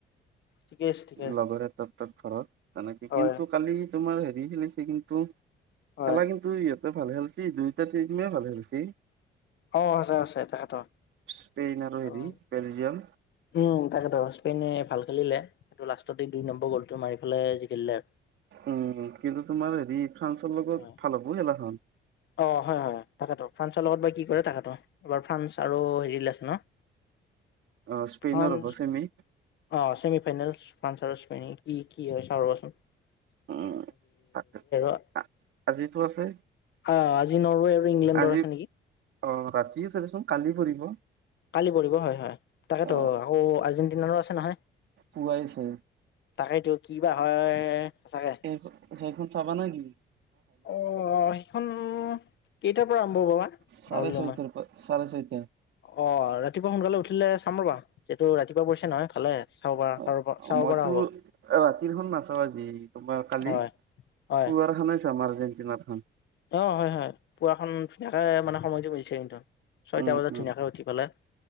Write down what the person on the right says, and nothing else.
লগৰে তত-তত ঘৰত, তেনেকে
কিন্তু কালি তোমাৰ হেৰি খেলিছে কিন্ত খেলা
কিন্তু ইহঁতে ভালে খেলছি, দুইটা টিমে ভাল খেলছি।
স্পেইন হেৰি
বেলজিয়াম
উম, কিন্তু তোমাৰ হেৰি ফ্ৰান্সৰ লগত
ভাল হ'ব খেলাখন
অ, স্পেইনৰ
হ'ব, চেমি
উম তাকে
আ- আজিতো আছে?
আজি
অ, ৰাতিয়ে আছে দেচোন‌ কালি পৰিব।
অ
পোৱাইছে?
সেই-সেইখন চাবা নাই নেকি?
চাৰে
চৈতা
পৰা, চাৰে চৈতা।
অ,
মইতো
ৰাতিৰখন নাচাওঁ আজি তোমাৰ কালি
পুৱাৰ খানা চামাৰ আৰ্জেন্টিনাৰ খান?
উম
উম